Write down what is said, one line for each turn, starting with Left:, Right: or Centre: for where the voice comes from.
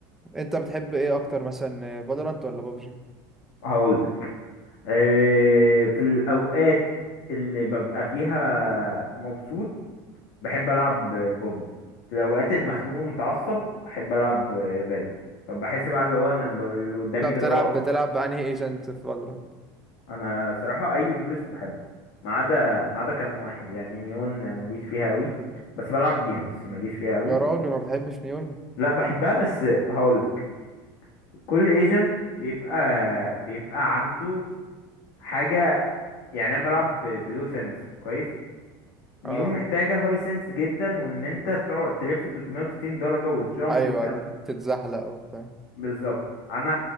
Centre: انت بتحب ايه اكتر مثلا فالورانت ولا بابجي
Left: هقول لك آه، في الاوقات اللي ببقى فيها مبسوط بحب العب بوبجي في الاوقات المخنوق ومتعصب احب العب فالو فبحس بقى اللي هو انا ب- اللي قدامي
Centre: انت بتلعب
Left: ده راس
Centre: بتلعب بانهي ايجنت في فالورانت
Left: انا صراحه اي دولست بحبه ما عدا ما عدا كام واحد يعني نيون ماليش فيها قوي بس بلعب بيها بس ماليش فيها قوي
Centre: يا راجل ما بتحبش نيون
Left: لا بحبها بس هقول لك كل ايجنت بيبقى بيبقى عنده حاجه يعني انا بلعب ب- بلو سنس كويس نيون
Centre: اه
Left: محتاجه هاي سنس جدا وان انت تقعد تلف 360 درجه وتجامب
Centre: ايوه
Left: وتعمل
Centre: تت- تتزحلق وبتاع
Left: بالظبط انا